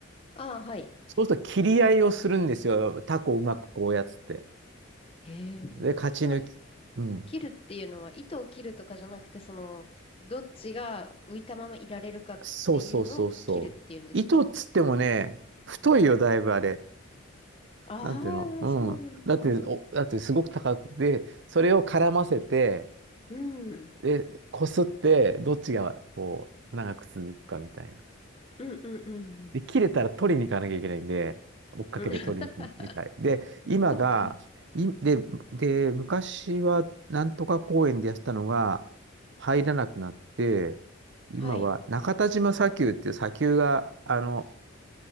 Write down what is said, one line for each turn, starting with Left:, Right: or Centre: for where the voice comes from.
Left: ああ、はい。
Right: そうすると、切り合いをするんですよ。タコをうまくこうやっつって。
Left: へえ。
Right: で、勝ち抜き。
Left: その、
Right: うん。
Left: 切るっていうのは、糸を切るとかじゃなくて、その、どっちが浮いたままいられるかっていうのを切るっていうんですか
Right: そうそうそうそう。糸っつってもね、太いよ、だいぶあれ。
Left: ああー、
Right: なんていうのうん。
Left: そうなんだ。
Right: だって、お、だってすごく高くて、それを絡ませて、
Left: うん。うん
Right: で、こすって、どっちがこう、長く続くかみたい
Left: うんうんうん。
Right: で、切れたら取りに行かなきゃいけないんで、追っかけて取りに行くみたい。
Left: うん <laughs>
Right: で、今が、
Left: そっか。
Right: い、で、で、昔はなんとか公園でやってたのが入らなくなって、今は中田島砂丘っていう砂丘が、
Left: はい。
Right: あの、